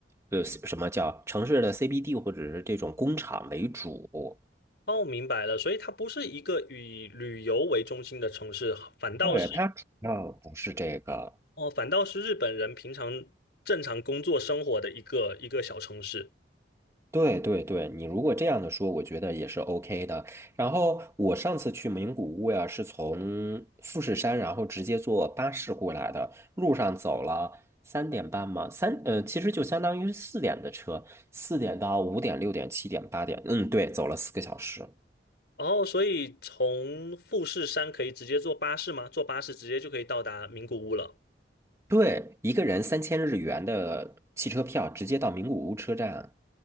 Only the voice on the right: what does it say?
呃什么叫城市的 CBD 或者是这种工厂为主。
对，它主要不是这个。
对对对，你如果这样的说，我觉得也是 OK 的。然后我上次去名古屋呀，是从富士山，然后直接坐巴士过来的，路上走了三点半嘛，三呃，其实就相当于是四点的车，四点到五点、六点、七点、八点，嗯，对，走了四个小时。
对，一个人三千日元的汽车票，直接到名古屋车站。